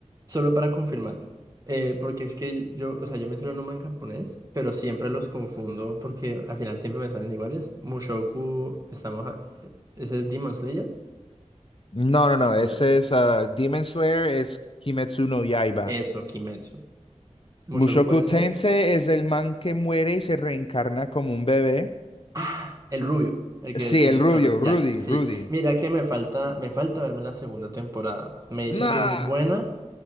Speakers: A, on the right (about 30°); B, on the left (about 45°).
A: Solo para confirmar, eh, porque es que yo, o sea, yo me sé los nombres en japonés, pero siempre los confundo porque al final siempre me salen iguales. Mushoku, estamos, a- ese es Demon Slayer,
B: No, no, no, ese
A: no está.
B: es ah, Demon Slayer, es Kimetsu no Yaiba.
A: Eso, Kimetsu. Mushoku,
B: Mushoku
A: ¿cuál es que
B: Tensei
A: es?
B: es el man que muere y se reencarna como un bebé.
A: Ah, el rubio, el
B: Sí,
A: que tiene
B: el
A: el
B: rubio,
A: pelo rubio. Ya,
B: Rudy,
A: sí.
B: Rudy.
A: Mira que me falta, me falta verme la segunda temporada. Me dicen
B: ¡Nah!
A: que es muy buena.